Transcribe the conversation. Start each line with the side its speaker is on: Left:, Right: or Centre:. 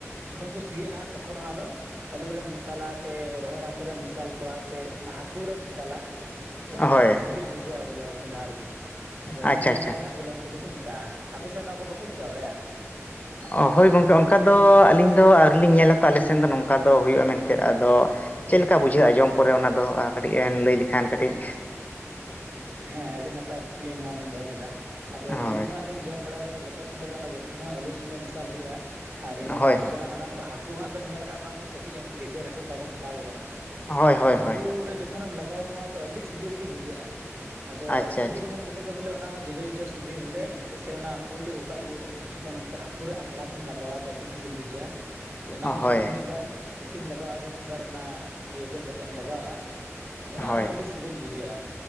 Right: ᱡᱚᱠᱷᱚᱱ ᱠᱚ ᱥᱤᱭᱟᱜᱼᱟ ᱦᱟᱸᱜ ᱛᱚᱠᱷᱚᱱ ᱚᱱᱟ ᱫᱚ, ᱟᱹᱞᱩ ᱨᱮᱢ ᱢᱮᱥᱟᱞᱟ ᱥᱮ ᱨᱚᱦᱚᱲ ᱦᱟᱹᱠᱩ ᱨᱮᱢ ᱢᱮᱥᱟᱞ ᱠᱚᱣᱟ ᱥᱮ ᱚᱱᱟ ᱦᱟᱹᱠᱩ ᱨᱮᱢ ᱢᱮᱥᱟᱞᱟ᱾ ᱛᱚ ᱚᱱᱟ
Left: ᱦᱳᱭ
Right: ᱫᱚ ᱟᱹᱰᱤ ᱥᱤᱵᱤᱞ ᱵᱩᱡᱷᱟᱹᱜᱼᱟ ᱵᱚᱞᱮ ᱥᱚᱸᱫᱷᱟᱲ ᱜᱮ ᱟᱫᱚ
Left: ᱟᱪᱪᱷᱟ
Right: ᱚᱱᱮ
Left: ᱟᱪᱪᱷᱟ
Right: ᱚᱱᱟᱜᱮ ᱦᱟᱸᱜ, ᱩᱞ ᱟᱹᱢᱥᱤ ᱫᱚ ᱠᱚ ᱢᱮᱛᱟᱜᱼᱟ ᱾ ᱟᱯᱮᱥᱮᱜ ᱚᱱᱟᱠᱚ ᱵᱟᱠᱚ ᱪᱤᱠᱟᱹ ᱵᱟᱲᱟᱭᱟ?
Left: ᱚ ᱦᱳᱭ ᱜᱚᱝᱠᱮ ᱚᱱᱠᱟ ᱫᱚ ᱟᱹᱞᱤᱧ ᱫᱚ ᱟᱹᱣᱨᱤ ᱞᱤᱧ ᱧᱮᱞᱟ ᱛᱚ ᱟᱞᱮ ᱥᱮᱱ ᱫᱚ ᱱᱚᱝᱠᱟ ᱫᱚ ᱦᱩᱭᱩᱜᱼᱟ ᱢᱮᱱᱛᱮᱫ ᱟᱫᱚ, ᱪᱮᱫ ᱞᱮᱠᱟ ᱵᱩᱡᱷᱟᱹᱜᱼᱟ ᱡᱚᱢ ᱠᱚᱨᱮ ᱚᱱᱟ ᱫᱚ ᱠᱟᱹᱴᱤᱜ ᱮᱢ ᱞᱟᱹᱭ ᱞᱮᱠᱷᱟᱱ ᱠᱟᱹᱴᱤᱜ
Right: ᱦᱮᱸ ᱟᱹᱰᱤ ᱱᱟᱯᱟᱭ ᱠᱩᱠᱞᱤ ᱱᱚᱣᱟ ᱵᱮᱱ ᱫᱚᱦ ᱠᱮᱫᱟ ᱟᱫᱚ
Left: ᱦᱳᱭ
Right: ᱟᱹᱞᱤᱧ ᱫᱚ ᱦᱟᱸᱜ ᱞᱤᱧ ᱡᱚᱢ ᱵᱟᱲᱟ ᱟᱠᱟ ᱜᱮ ᱡᱚᱛᱚ, ᱛᱚ ᱥᱚᱸᱜᱮ ᱫᱚ ᱡᱟᱹᱥᱛᱤ ᱫᱚ ᱟᱹᱞᱩ ᱥᱚᱸᱜᱮ ᱢᱮᱥᱟᱞ ᱦᱩᱭᱩᱜᱼᱟ ᱟᱨ ᱤᱱᱟᱹ
Left: ᱦᱳᱭ
Right: ᱵᱟᱫ ᱠᱟᱛᱮᱫᱜ
Left: ᱦᱳᱭ
Right: ᱦᱟᱸᱜ ᱦᱟᱠ ᱠᱩ ᱦᱟᱸᱜ ᱵᱮᱱ ᱧᱮᱞ ᱠᱟᱜ ᱠᱚᱣᱟ ᱩᱱᱠᱩ ᱠᱟᱹᱴᱤᱜ ᱦᱟᱹᱠᱩ ᱜᱮᱡᱮᱨ ᱦᱟᱹᱠᱩ ᱚᱠᱟ ᱠᱚ ᱢᱮᱛᱟᱣ ᱠᱚ ᱠᱟᱱᱟ
Left: ᱦᱳᱭ ᱦᱳᱭ
Right: ᱩᱱᱠᱩ
Left: ᱦᱳᱭ
Right: ᱨᱮ ᱡᱚ, ᱡᱚᱠᱷᱚᱱᱮᱢ ᱞᱟᱜᱟᱣᱟ ᱱᱚᱶᱟ ᱛᱚ ᱟᱹᱰᱤ ᱥᱤᱵᱤᱞ ᱜᱮ ᱵᱩᱡᱷᱟᱹᱜᱼᱟ ᱟᱫᱚ
Left: ᱟᱪᱪᱷᱟ
Right: ᱥᱤᱵᱤᱞ
Left: ᱟᱪᱪᱷᱟ
Right: ᱢᱮᱱ ᱠᱟᱛᱮ, ᱱᱚᱛᱮ ᱫᱚ ᱵᱚᱞᱮ ᱚᱱᱟ ᱦᱚᱸ ᱡᱚᱡᱚ ᱡᱚᱡᱚ ᱥᱤᱵᱤᱞ ᱵᱚᱞᱮ ᱡᱮᱭᱥᱮ ᱚᱱᱟ ᱩᱞ ᱚᱠᱟ ᱩᱞ ᱡᱚᱠᱷᱚᱱ ᱩᱱᱠᱩ ᱦᱟᱹᱠᱩ, ᱦᱟᱹᱠᱩ ᱨᱮ ᱟᱢᱵᱽᱲᱟ ᱠᱚᱢ ᱞᱟᱜᱟᱣᱟ ᱫᱚ ᱟᱹᱰᱤ ᱥᱤᱵᱤᱞ ᱵᱩᱡᱷᱟᱹᱜᱼᱟ᱾ ᱛᱚ ᱚᱱᱟ ᱦᱚᱸ
Left: ᱦᱳᱭ
Right: ᱡᱚᱠᱷᱚᱱ ᱢᱤᱫᱵᱟᱨ ᱠᱩᱴᱤᱢ ᱞᱟᱜᱟᱣᱼᱟ ᱥᱮ ᱢᱤᱫ ᱵᱟᱨ ᱚᱱᱟ ᱤᱭᱟᱹ ᱜᱮᱫ ᱠᱟᱛᱮᱢ ᱞᱟᱜᱟᱣᱼᱟ, ᱛᱚ ᱚᱱᱟ
Left: ᱦᱳᱭ
Right: ᱟᱨᱦᱚᱸ ᱟᱹᱰᱤ ᱥᱤᱵᱤᱞ ᱵᱩᱡᱷᱟᱹᱜᱼᱟ᱾